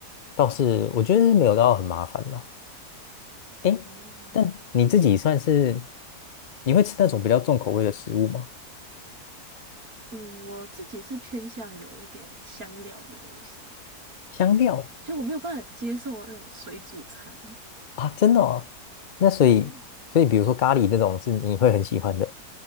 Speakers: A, on the left; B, on the right.
A: 倒是我觉得是没有到很麻烦啦。诶，
B: 哦，
A: 但你自己算是，你会吃那种比较重口味的食物吗？
B: 嗯，我自己是偏向有一点香料的东西，
A: 香料
B: 就我没有办法接受那种水煮餐。
A: 啊，真的哦。那所以，
B: 对
A: 所以比如说咖喱那种是你会很喜欢的，